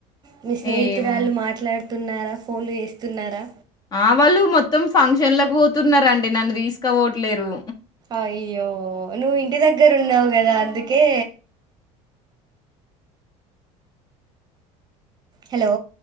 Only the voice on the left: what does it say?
ఏం
ఆ వాళ్ళు మొత్తం ఫంక్షన్లకు పోతున్నరండి నన్ను తీసుకపోవట్లేరు